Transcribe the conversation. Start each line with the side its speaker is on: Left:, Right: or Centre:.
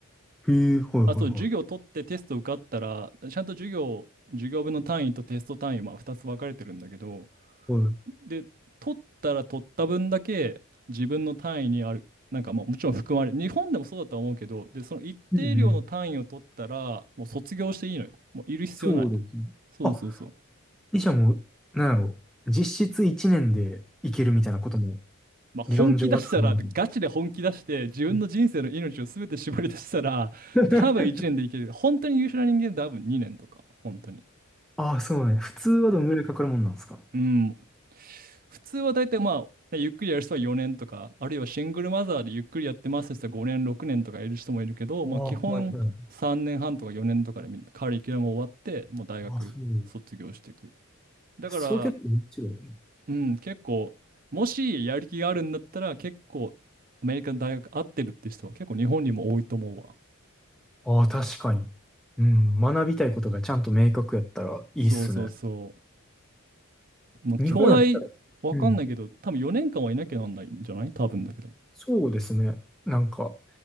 Centre: へえ、はいはいは
Right: あ、そう、授業取ってテスト受かったら、ちゃんと授業、授業分の単位とテスト単位、まあ2つ分かれてるんだけど、
Centre: い。はい。
Right: で、取ったら取った分だけ自分の単位にある、なんかまあもちろん含まれる、日本でもそうだとは思うけど、で、その一定量の単位を取ったら、
Centre: うんうん。
Right: もう卒業していいのよ。もういる必要ない。
Centre: そうですね。
Right: そうそうそう。
Centre: あ、医者も、なんやろう。実質1年でいけるみたいなことも
Right: まあ本気出したら、
Centre: 理論上は可能なの。
Right: ガチで本気出して、自分の人生の命を全て絞り出したら、
Centre: うん
Right: 多分1年でいける。本当に優秀な人間は多分2年とか、本当に。
Centre: ああ、そうね。普通はどんぐらいかかるもんなんですか
Right: うん。普通は大体まあ、ねゆっくりやる人は4年とか、あるいはシングルマザーでゆっくりやってますって人は5年、6年とかいる人もいるけど、まあ基本3年半とか4年とかでみんなカリキュラム終わって、
Centre: ああ、はいはい。
Right: もう大学卒業していく。
Centre: あ、そう。
Right: だから、
Centre: それ結構違うね。
Right: うん、結構、もしやる気があるんだったら、結構アメリカの大学合ってるって人は結構日本にも多いと思うわ。
Centre: ああ、確かに。うん、学びたいことがちゃんと明確やったらいいっすね。
Right: そうそうそう。まあ兄弟、
Centre: 日本やったら、
Right: わかんないけど、
Centre: うん、
Right: 多分4年間はいなきゃなんないんじゃない多分だけど。
Centre: そうですね。なんか、